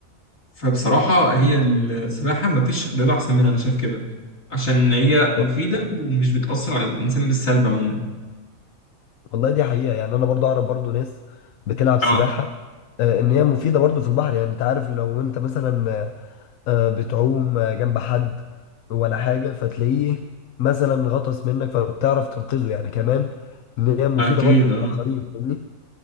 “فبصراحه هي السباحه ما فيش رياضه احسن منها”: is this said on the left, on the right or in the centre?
Left